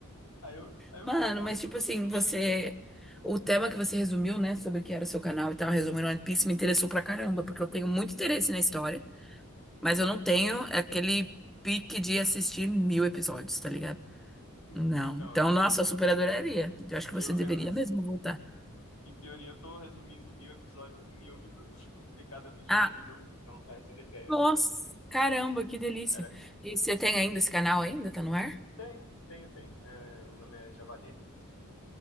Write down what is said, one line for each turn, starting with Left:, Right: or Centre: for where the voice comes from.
Left: Aí eu, aí
Centre: Mano,
Left: eu fico, "Ah, pô,
Centre: mas
Left: se tu,
Centre: tipo assim,
Left: se tu me-
Centre: você.
Left: se-"
Centre: O tema que você resumiu, né, sobre o que era o seu canal e tal, resumindo One Piece, me interessou pra caramba, porque eu tenho muito interesse na história. Mas
Left: Aham.
Centre: eu não tenho aquele pique de assistir mil episódios, tá ligado?
Left: En-
Centre: Não.
Left: Então,
Centre: Então, nossa,
Left: meu,
Centre: eu super adoraria. Eu acho que
Left: eu,
Centre: você deveria
Left: eu, <laughs>
Centre: mesmo voltar.
Left: em teoria, eu tô resumindo mil episódios em mil minutos, <laughs> porque cada vídeo
Centre: Ah,
Left: tinha um minuto, então essa era a ideia,
Centre: nossa,
Left: entendeu?
Centre: caramba, que delícia.
Left: Era.
Centre: E você tem ainda esse canal ainda? Tá no ar?
Left: Tenho, tenho, tenho. É, o nome é Javali Animes.